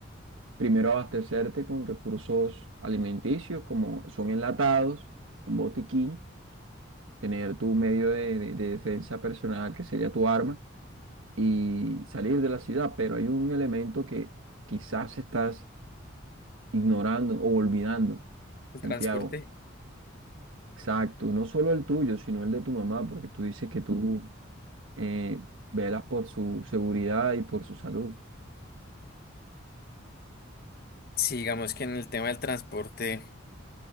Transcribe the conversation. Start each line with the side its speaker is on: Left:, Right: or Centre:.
Right: primero abastecerte con recursos alimenticios como son enlatados, un botiquín. tener tu medio de, de- de defensa personal, que sería tu arma, y salir de la ciudad. Pero hay un elemento que quizás estás ignorando o olvidando,
Left: El
Right: Santiago.
Left: transporte.
Right: Exacto, no solo el tuyo, sino el de tu mamá, porque tú dices que tú eh, velas por su seguridad y por su salud.
Left: Sí, digamos que en el tema del transporte,